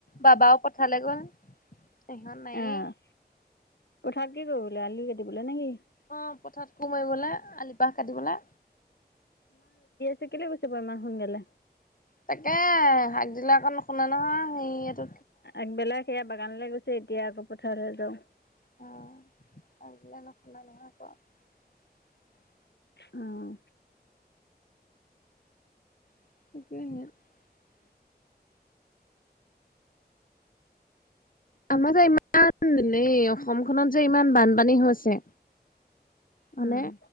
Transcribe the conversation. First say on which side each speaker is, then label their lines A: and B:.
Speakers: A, on the left; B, on the left.
A: বাবাও পঠালে গ'ল। সমান নাই
B: অ' <unintelligible>
A: অ', পথত সোমাৰ গ'লে আলি পাহ কাটিবলে।
B: চাকিল গৈছে প ইমান সোনকালে
A: তাকে শাক দিলে আকৌ নুশুনা নহয় সেইটো
B: আগবেলা সেয়া বাগানলৈ গৈছে এতিয়া আকৌ পথাৰলৈ যাওঁ।
A: <unintelligible>
B: অ'।
A: <unintelligible> আমাৰ যে ইমান এ অসমখনত যে ইমান বানপানী হৈছে। মানে
B: উম।